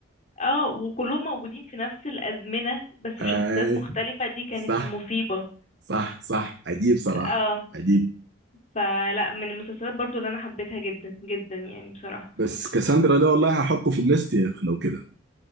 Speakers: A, on the left (about 40°); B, on the right (about 60°).
A: اه وكلهم موجودين في نفس الأزمنة بس
B: <laughs>
A: بشخصيات
B: آي.
A: مختلفة دي كانت
B: صح
A: مصيبة
B: صح صح عجيب صراحة
A: اه
B: عجيب
A: فلا من المسلسلات برضو اللي انا حبيتها جدا جدا يعني بصراحة
B: بس كاساندرا ده والله هحطه في الليست يا اخ لو كده